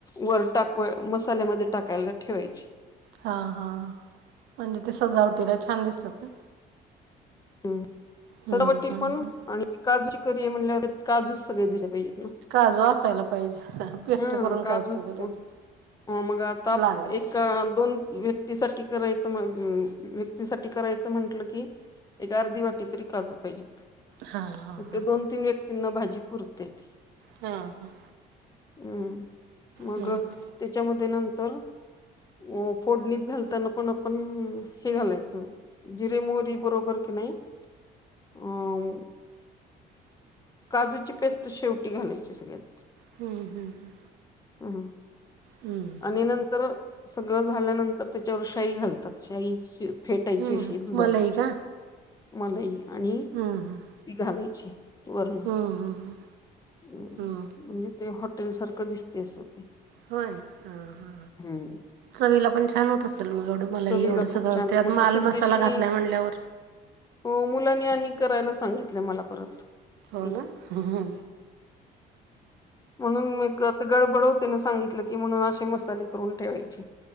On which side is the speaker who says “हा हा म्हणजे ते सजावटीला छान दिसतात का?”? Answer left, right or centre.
Right